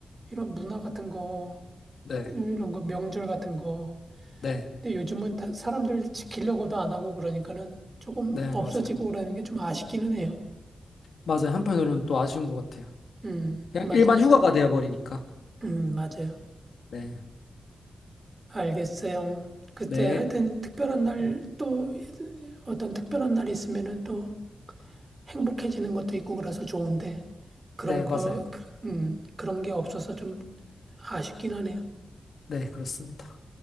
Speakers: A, on the right (about 30°); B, on the left (about 75°).
A: 이런 문화 같은 거
B: 네.
A: 이런 거 명절 같은 거
B: 네.
A: 근데 요즘은 다- 사람들 지키려고도 안 하고 그러니까는 조금
B: 네,
A: 없어지고
B: 맞아요.
A: 그러는 게 좀 아쉽기는 해요.
B: 맞아요. 한편으로는 또 아쉬운 것 같아요.
A: 음,
B: 그냥
A: 맞아요.
B: 일반 휴가가 되어버리니까.
A: 음, 맞아요.
B: 네.
A: 알겠어요. 그때
B: 네.
A: 하여튼 특별한 날
B: 네,
A: 또 어떤 특별한 날 있으면은 또 행복해지는 것도 있고 그래서 좋은데 그런
B: 네,
A: 거,
B: 맞아요.
A: 그- 음, 그런 게 없어서 좀 아쉽긴 하네요.
B: 네, 그렇습니다.